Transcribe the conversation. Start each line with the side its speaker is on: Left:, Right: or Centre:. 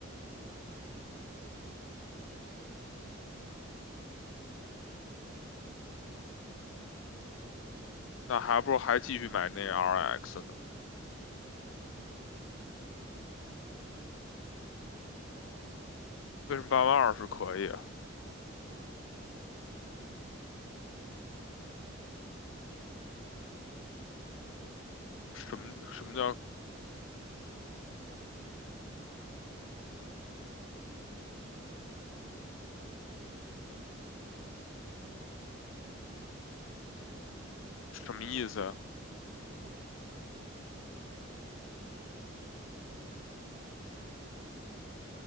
Right: 嗯，就本来你是有一年免费的享受，但是你因为你买了一个低价值的，那那你这一年其实 leasing 就没用了。
Left: 那还不如还继续买那 RX 呢？
Right: 就是他的意思是，现在好像八万二应该是可以的，他说的，
Left: 为什么八万二是可以啊？
Right: 因为他记错了，他记得是七万的，但现在这辆是八万二，应该可能谈得下来，对，
Left: 什么什么叫
Right: 应该就是因因为比较接近于九万了嘛，保险公司可能就认同了，或者你是拿奔驰的那辆九万去比，保险公司也 OK，你就不亏。
Left: 什么意思啊？
Right: 就是你只能买一个跟你同等车差不多价位的车，